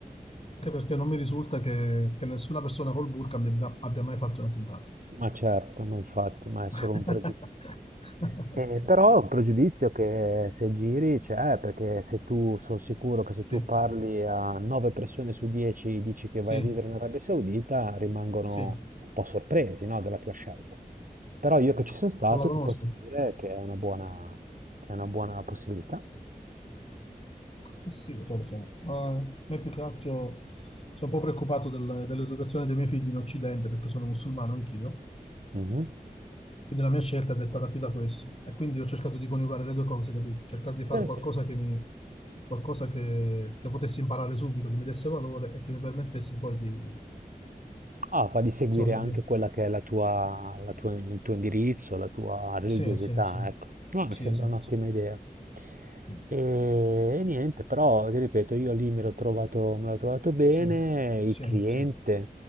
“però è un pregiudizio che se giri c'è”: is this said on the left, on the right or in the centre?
Right